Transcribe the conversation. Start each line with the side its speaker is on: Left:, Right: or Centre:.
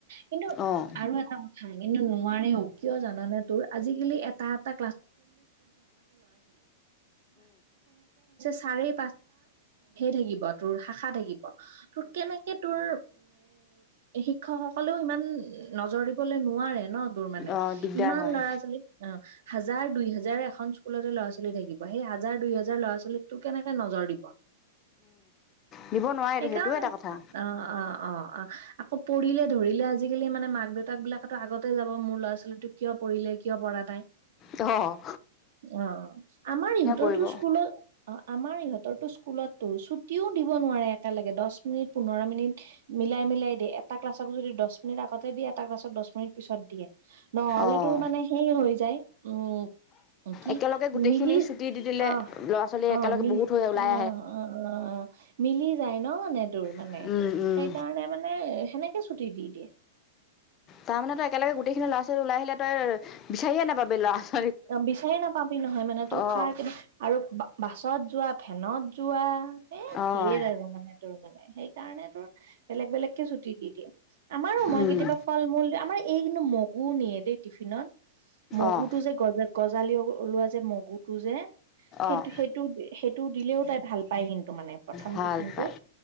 Right: কিন্তু
Left: অঁ
Right: আৰু এটা কথা কিন্তু নোৱাৰেও কিয় জানানে তোৰ আজিকালি এটা <unintelligible> এটা সেই থাকিব তোৰ শাখা থাকিব তোৰ কেনেকে তোৰ শিক্ষকসকলেও ইমান নজৰ দিবলৈ নোৱাৰে ন দোৰ মানে
Left: অঁ দিগদাৰ
Right: ইমান
Left: হয়
Right: লৰা ছোৱালীক অ হাজাৰ দুই হাজাৰ এখন স্কুলতে ল'ৰা ছোৱালী থাকিব সেই হাজাৰ দুই হাজাৰ ল'ৰা ছোৱালীকটো কেনেকে নজৰ দিব
Left: দিব নোৱাৰেতো
Right: সেইকাৰণে
Left: সেইটোও এটা কথা
Right: অ অ অ অ আকৌ পৰিলে ধৰিলে আজিকালি মানে মাক দেউতাক বিলাকতো আগতেই যাব মোৰ ল'ৰা ছোৱালীতো কিয় <unintelligible>
Left: অ
Right: অ আমাৰ ইহঁতৰতো
Left: কৰিব
Right: স্কুলত অ আমাৰ ইহঁতৰতোঁক স্কু স্কুলতোৰ ছুটিও দিব নোৱাৰে একেলগে দ মিনিট পোন্ধৰ মিনিট মিলাই মিলাই দিয় এটা ক্লাছত যদি দহ মিনিট আগতে দিয়ে তাৰ পাছত দহ মিনিট পিছত দিয়ে নহলে
Left: অঁ
Right: তোৰ মানে সেই হৈ যায় উম কি
Left: একেলগে গোটেইখিনি
Right: মিলি
Left: ছুটি দি দিলে
Right: আহ
Left: ল'ৰা ছোৱালী
Right: অ
Left: একেলগে
Right: ম
Left: বহুত হৈ ওলাই
Right: অ অ অ মিলি যায় ন মানে দূৰ মানে
Left: আহে
Right: সেইকাৰণে মানে সেনেকে ছুটি দি দিয়ে
Left: তাৰমানে তই একেলগে গোটেইখিনি ল'ৰা ছোৱালী লাই আহিলে তই বিচাৰিয়ে নাপাবি লৰা ছ
Right: বিচাৰি নাপাবি নহয় মানে তোৰ
Left: অঁ
Right: খাই কিন্ত আৰু গছত যোৱা ফেনত যোৱা এ
Left: অঁ
Right: ঢেৰ আৰু মানে তোৰ মানে সেইকাৰণে বেলেগ বেলেগকে ছুটি দি দিয়ে আমাৰো মই
Left: উম
Right: কেতিয়াবা ফল মূল আমাৰ এই কিন্তু মগ মগু নিয়ে দেই টিফিনত মগু
Left: অঁ
Right: টো যে গ গজালি ওলোৱা যে মগু টো যে সেই
Left: অঁ
Right: সেইটো সেইটো দিলেও তাই ভাল পায় কিন্তু মানে প্ৰথম
Left: ভাল
Right: টিফিনটোত
Left: পায়